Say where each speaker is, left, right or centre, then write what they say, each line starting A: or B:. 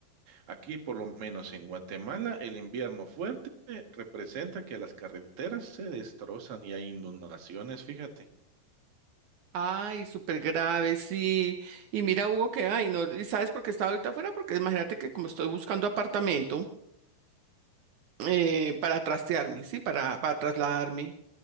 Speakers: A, on the right (about 50°); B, on the right (about 85°).
A: Aquí, por lo menos en Guatemala, el invierno fuerte representa que las carreteras se destrozan y hay inundaciones, fíjate.
B: Ay, súper grave, sí. Y mira, Hugo, que, ay, no, ¿y sabes por qué estaba ahorita afuera? Porque imagínate que como estoy buscando apartamento eh, para trastearme, sí, para, para trasladarme.